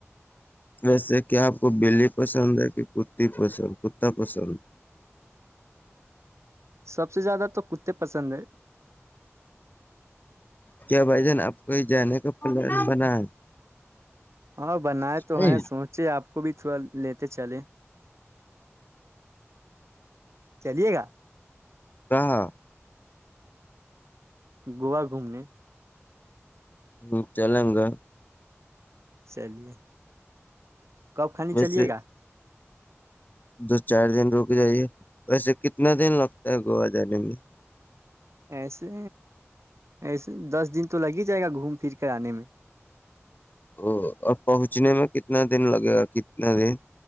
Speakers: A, on the left; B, on the right.
A: جیسے کیا آپ کو بلی پسند ہے کہ کتی پسند کتا پسند
B: سب سے زیادہ تو کتے پسند ہے
A: کیا بھائی جان آپ کویں جانے کا پلان بنا
B: ہاں بنائے
A: ہے
B: تو ہیں سوچے آپ کو بھی تھوڑا لیتے چلے چلیے گا
A: کہاں
B: گووا گھومنے
A: ہ چل گا
B: چلیے کب خنی
A: ویسے
B: چلیے گا
A: دو چار دن رک جائیے ویسے کتنا دن لگتا ہے گووا جانے میں
B: ایسے ایسے دس دن تو لگ ہی جائے گا گھوم پھر کر آنے میں
A: ا اب پہنچنے میں کتنا دن لگے گا کتنا دن